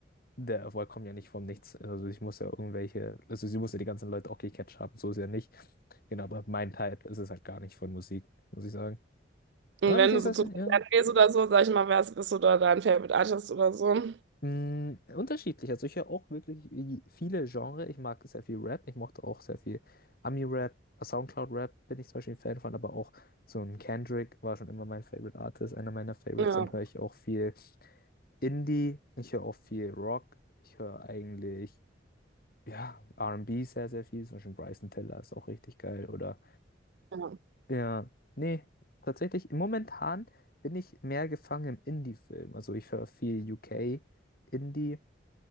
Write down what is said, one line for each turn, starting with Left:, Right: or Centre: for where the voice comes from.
Left: der Erfolg kommt ja nicht vom Nichts. Also ich muss ja irgendwelche, also sie muss ja die ganzen Leute auch gecatcht haben, so ist ja nicht. Genau, aber mein Type ist es halt gar nicht von Musik, muss ich sagen.
Right: Und
Left: Ah, beziehungsweise,
Right: wenn du so zu Konzerten
Left: ja.
Right: gehst oder so, sag ich mal, wer es ist oder dein Favorite Artist oder so.
Left: Mm, unterschiedlich. Also ich höre auch wirklich wie viele Genres. Ich mag sehr viel Rap. Ich mochte auch sehr viel Ami-Rap, Soundcloud-Rap bin ich zum Beispiel ein Fan von, aber auch so ein Kendrick war schon immer mein Favorite Artist, einer meiner Favorites.
Right: Ja,
Left: Dann höre ich auch viel Indie. Ich höre auch viel Rock. Ich höre eigentlich, ja, R&B sehr, sehr viel. Zum Beispiel Bryson Tiller ist auch richtig geil. Oder,
Right: ja.
Left: ja, nee, tatsächlich, momentan bin ich mehr gefangen im Indie-Film. Also ich höre viel UK Indie.